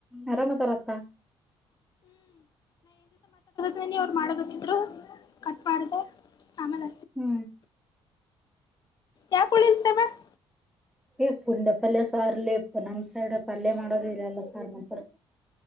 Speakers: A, in the centre; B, on the left.
A: ಅರಾಮ ಅದಾರ್ ಅತ್ತ.
B: ನಿನ್ನೆ ಅವ್ರ ಮಾಡ ಕತ್ತಿದ್ರು ಕಟ್ ಮಾಡಿದೆ ಆಮೇಲ
A: ಹು
B: ಯಾಕ ಊಳಿಲ್ <unintelligible>
A: ಹ ಪುಂಡ ಪಲ್ಯ ಸಾರ ಲೆ ಪಾ ನಮ್ ಸೈಡ್ ಪಲ್ಯ ಮಾಡೋದೇ ಇಲ್ಲ ಎಲ್ಲ ಸಾರ ಮಾಡ್ತಾರ.